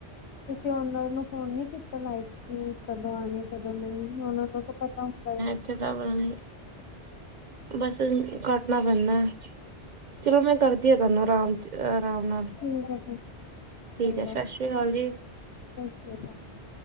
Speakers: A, on the left; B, on the right.
A: ਤੁਸੀਂ ਓਨਾ ਨੂੰ ਫੋਨ ਨੀ ਕੀਤਾ ਲਾਈਟ ਕੀ ਕਦੋਂ ਆਣੇ। ਕਦੋਂ ਨਹੀਂ ਉਹਨਾਂ ਨੂੰ ਤਾਂ ਪਤਾ ਹੁੰਦਾ ਹੈ।
B: ਇਥੇ ਤਾਂ <unintelligible> ਬਸ ਕੱਟਣਾ ਪੈਂਦਾ। ਚਲੋ ਮੈਂ ਕਰਦੀ ਹਾਂ ਤੁਹਾਨੂੰ ਆਰਾਮ 'ਚ ਆਰਾਮ ਨਾਲ
A: ਠੀਕ ਏ ਠੀਕ।
B: ਠੀਕ
A: ਚੰਗਾ
B: ਹੈ ਸਤਿ ਸ਼੍ਰੀ ਅਕਾਲ ਜੀ।
A: ਸਤਿ ਸ਼੍ਰੀ ਅਕਾਲ ਜੀ।